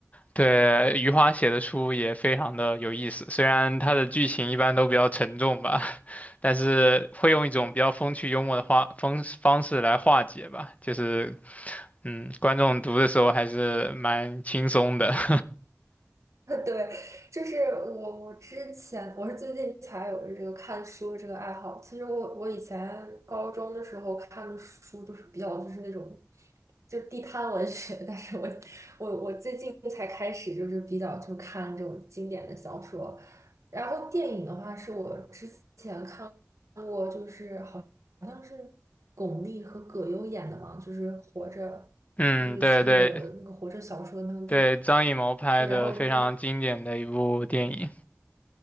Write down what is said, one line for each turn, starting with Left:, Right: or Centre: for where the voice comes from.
Left: 对，余华写的书也非常的有意思，虽然它的剧情一般都比较沉重吧。<laughs> 但是会用一种比较风趣幽默的话方方式来化解吧，就是，嗯，观众读的时候还是蛮轻松的。<laughs>
Right: <laughs> 对，就是我，我之前我是最近才有这个看书的这个爱好。其实我我以前高中的时候看的书都是比较就是那种就地摊文学，<laughs> 但是我我我最近才开始就是比较就看这种经典的小说。然后电影的话，是我之前看过，就是好像是巩俐和葛优演的嘛，就是《活着》，
Left: 嗯，
Right: 就是那个那个《活着》小说那个电影。
Left: 对对对，张艺谋拍的非常经典的一部电影，
Right: 对，然后就是